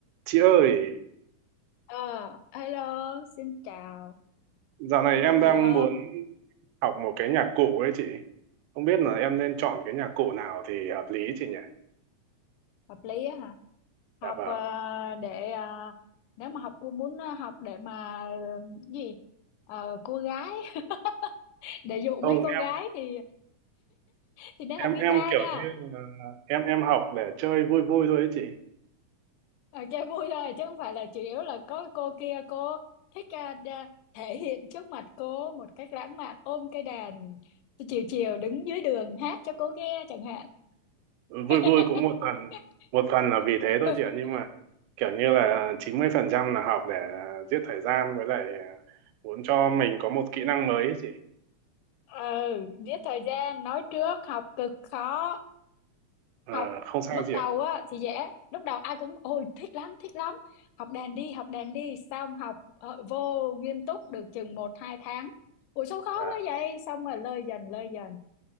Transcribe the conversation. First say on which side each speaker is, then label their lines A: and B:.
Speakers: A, on the right; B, on the left.
A: Chị ơi,
B: Ờ, hello, xin chào.
A: dạo này em
B: Có gì
A: đang
B: không?
A: muốn học một cái nhạc cụ ấy chị. Không biết là em nên chọn cái nhạc cụ nào thì hợp lý chị nhỉ?
B: Hợp lý á hả? Học
A: Dạ vâng.
B: ờ, để ờ, nếu mà học cô muốn ờ, học để mà ờ, gì? Ờ, cô gái <laughs> để dụ
A: Không,
B: mấy cô
A: em
B: gái thì thì nên
A: em
B: học guitar
A: em kiểu
B: nha.
A: như là em em học để chơi vui vui thôi ấy chị.
B: Ờ, chơi vui thôi chứ không phải là chủ yếu là có cô kia cô thích ờ, đa- thể hiện trước mặt cô một cách lãng mạn ôm cái đàn chiều chiều đứng dưới đường hát cho cô nghe chẳng hạn. <laughs>
A: Vui vui cũng một phần một phần là vì thế thôi chị ạ, nhưng mà kiểu như là 90% là học để giết thời gian với lại à, muốn cho mình có một kỹ năng mới ấy chị.
B: ừ giết thời gian nói trước học cực khó
A: Ờ,
B: học
A: không sao
B: lúc
A: chị
B: đầu
A: ạ.
B: á thì dễ lúc đầu ai cũng ôi thích lắm thích lắm học đàn đi học đàn đi xong học ờ, vô nghiêm túc được chừng một hai tháng ủa sao khó
A: Và
B: quá vậy xong rồi lơi dần lơi dần